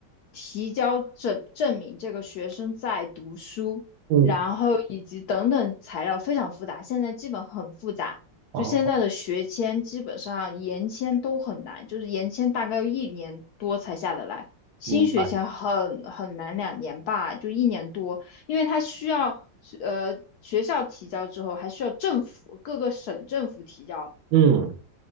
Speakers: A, on the left; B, on the right.
A: 提交证证明这个学生在读书。
B: 嗯，
A: 然后以及等等材料非常复杂，现在基本很复杂。
B: 哦，
A: 就现在的学签，基本上延签都很难，就是延签大概要一年多才下得来，新学签很很难，
B: 明白。
A: 两年吧，就一年多，因为它需要呃学校提交之后，还需要政府各个省政府提交，
B: 嗯。